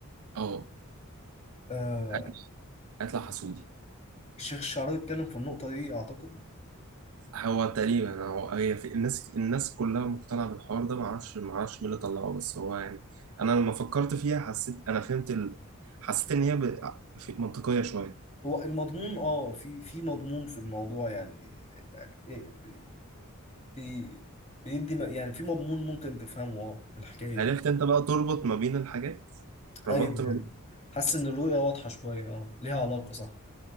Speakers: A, on the right; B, on the left.
A: اه
B: آه
A: هيطلع هيطلع حسودي
B: الشيخ الشعراوي اتكلم في النقطة دي أعتقد
A: هو تقريبا هو هي في الناس الناس كلها مقتنعة بالحوار ده معرفش معرفش مين اللي طلعه بس هو يعني انا لما فكرت فيها حسيت انا فهمت ال... حسيت ان هي ب... في- منطقية شوية
B: هو المضمون اه في في مضمون في الموضوع يعني يعني إيه، بي بي- بيدي م- يعني في مضمون ممكن تفهمه اه من الحكاية دي
A: عرفت انت بقى تربط ما بين الحاجات ربطت
B: ايوه
A: ما
B: يعني
A: بين
B: حاسس ان الرؤية واضحة شوية اه ليها علاقة صح